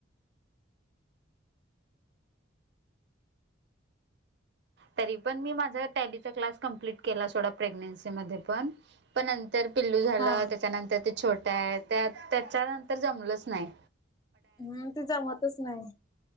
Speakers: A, on the right (about 55°); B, on the left (about 20°).
A: तरी पणं मी मांझा टॅलीचा क्लास कमप्लीट केलां सोंडा प्रेग्नेन्सी मध्यें पणं पणं नंतर पिल्लू झालं
B: हा
A: त्यांच्यानंतर ते छोट्या आहे त्यां त्यांच्यानंतर जमलंच नाहीं
B: हम्मं ते जमतंच नाहीं